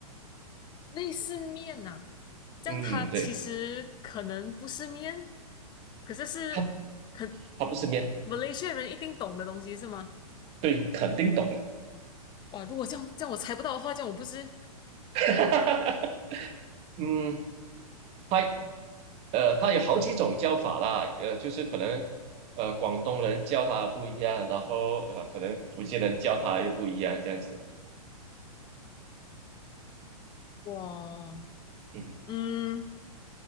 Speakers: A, on the left (about 25°); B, on the right (about 30°).
A: 类似面呐、这样它其实可能不是面，
B: 嗯，对。
A: 可是是可
B: 他他不是面，
A: Malaysia 人一定懂的东西是吗？
B: 对，肯定懂了。
A: 哇，如果这样这样我猜不到的话，这样我不是
B: <laughs> 嗯，他呃，他有好几种叫法啦，呃，就是可能呃，广东人叫他不一样，然后呃，可能福建人叫他又不一样，这样子。
A: 哇，
B: 嗯，
A: 嗯，